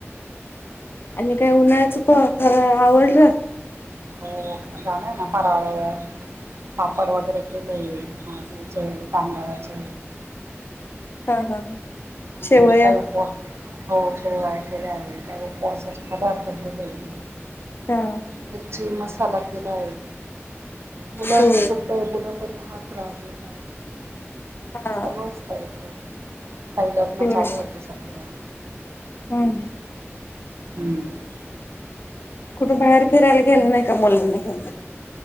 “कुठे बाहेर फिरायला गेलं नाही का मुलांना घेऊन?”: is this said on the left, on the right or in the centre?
Left